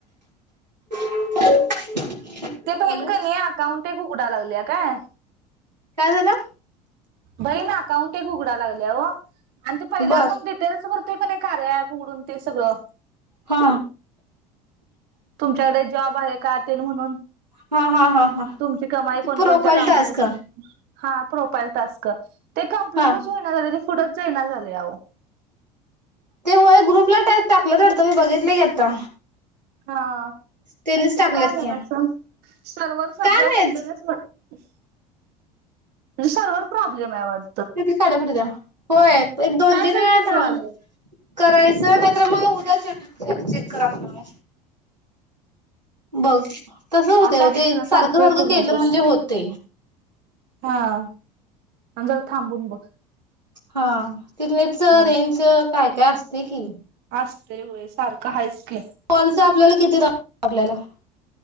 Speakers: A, on the right (about 90°); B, on the right (about 50°).
A: <inaudible>
B: ते बहीण
A: हॅलो
B: का नाय अकाउंट एक उघडा लागल्या काय
A: काय झालं.
B: बहीण अकाउंट एक उघडा लागल्या वो आणि ते पहिला
A: बर
B: आपण डिटेल्स भर तो कनाय कार्या ऍप उघडून ते सगळं
A: हा
B: तुमच्याकडे जॉब आहे का तेन म्हणून
A: हा हा हा हा
B: तुमची कमाई
A: ते
B: कोण
A: प्रोफाईल
B: कोणत्या कामामधून
A: टास्क
B: हा प्रोफाईल टास्क ते कंप्लीटचं
A: हा
B: होईना झालय ते पुढच जाईना झालय आहो.
A: ते होय ग्रुपला टाईप टाकलंतं वाटत मी बघितलं की आता
B: हा
A: त्यानीच
B: ते
A: टाकलेत
B: काय झालं
A: की
B: असन सर्वर सध्या
A: काय माहित
B: मेंटेनन्स म्हणजे सर्वर प्रॉब्लेम हाय वाट
A: <unintelligible> होय एक दोन
B: काय
A: तीन
B: झालं
A: वेळा
B: तसं
A: थांब
B: व्हालंय
A: करायचं नायतर मग उद्या <unintelligible> चेक करा म्हण म बघ तस होतय
B: आता
A: ओ
B: असू
A: ते
B: दे ना
A: सारखं सारखं
B: हे करू
A: केलं
B: नकोस
A: म्हणजे होतय.
B: हा आणि जरा थांबून बघ
A: हा तिथच
B: हा
A: रेंज काय काय असतय की, -
B: असतंय होय सारखं हायच की
A: कॉलच आपल्याला किती आपल्याला-